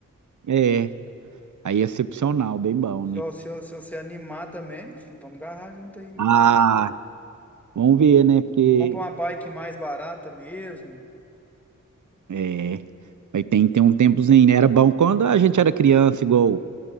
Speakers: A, on the right; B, in the centre.
A: É, aí é excepcional, bem bom,
B: Se,
A: né?
B: eu- se, eu- se você animar também, meu filho, vamos agarrar junto aí nisso.
A: Ah, vamos ver, né? Porque
B: Compra uma bike mais barata mesmo.
A: É, mas tem, tem um tempozinho, né? Era bom quando a gente era criança, igual